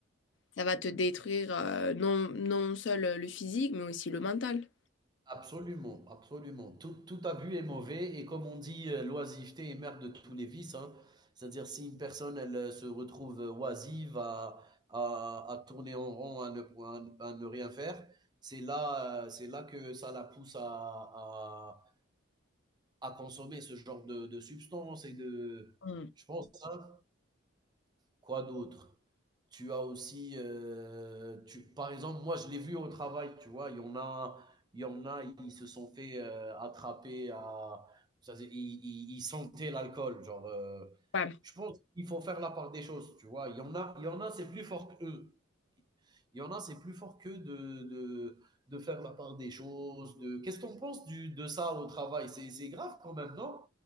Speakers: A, on the left (about 60°); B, on the right (about 20°).
A: ça va te détruire euh, non, non seul le physique, mais aussi le mental.
B: absolument, absolument. Tout tout abus est mauvais et comme on dit, heu, l'oisiveté est mère de tous les vices, hein. C'est-à-dire si une personne, elle, heu, se retrouve, heu, oisive à à à tourner en rond, à ne point à ne rien faire, c'est là, heu, c'est là que ça la pousse à à à consommer ce genre de de substances et de
A: Mm.
B: je pense, hein. Quoi d'autre? Tu as aussi, heu, tu par exemple, moi, je l'ai vu au travail, tu vois? Il y en a il y en a, ils se sont fait, heu, attraper à ça faisait ils ils ils sentaient l'alcool, genre, heu,
A: Ouais,
B: je pense qu'il faut faire la part des choses, tu vois? Il y en a il y en a, c'est plus fort qu'eux. Il y en a, c'est plus fort qu'eux de de de faire la part des choses, de qu'est-ce qu'on pense en du de ça au travail? C'est c'est grave quand même, non?